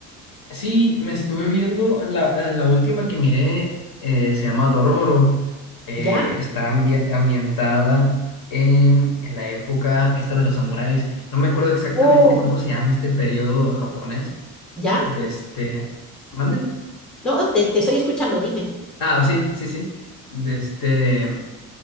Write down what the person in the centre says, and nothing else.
¿Ya?
Oh,
¿ya?
No, te, te estoy escuchando, dime.